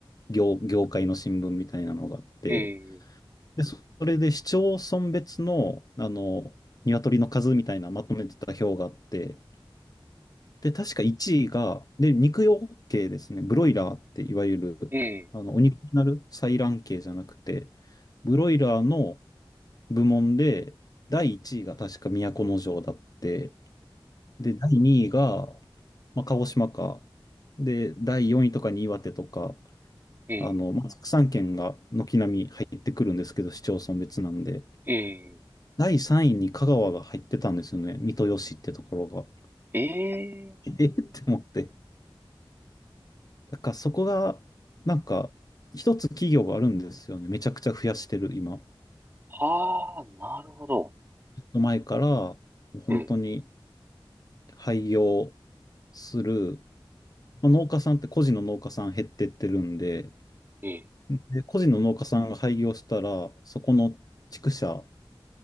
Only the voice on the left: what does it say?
業、業界の新聞みたいなのがあって。
で、そそれで市町村別の、あの、鶏の数みたいなまとめてた表があって、で、確か1位が、で、肉用系ですね。ブロイラーっていわゆる、
あの、お肉になる採卵系じゃなくて、ブロイラーの
部門で、第1位が確か都城だって、で、第2位が、まあ、鹿児島か、で、第4位とかに岩手とか、
あの、まあ、副産県が軒並み入ってくるんですけど、市町村別なんで、
第3位に香川が入ってたんですよね。三豊市ってところが。
<laughs> えーって思って。だからそこが、なんか、一つ企業があるんですよね。めちゃくちゃ増やしてる、今。ちょ
っと前から、もう本当に
廃業する、まあ、農家さんって個人の農家さん減ってってるんで、
で個人の農家さんが廃業したら、そこの畜舎、